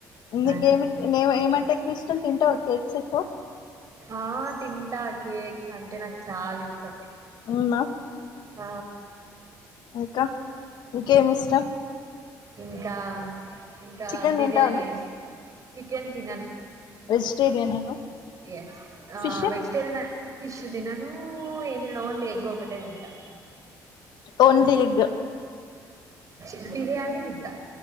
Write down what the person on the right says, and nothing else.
అంతే.
ఆ తింటా కేక్స్ అంటే నాకు చాలా ఇష్టం
ఆ
ఇంకా ఇంకా
బిర్యానీ
ఇష్టం చికెన్ తినను
ఎస్ ఆ
వెజిటేరియన్ ఫిష్ దినను ఏంది నేను ఓల్ని ఎగ్ ఒకటే తింటాను
ఉమ్ బిర్యానీ దింటా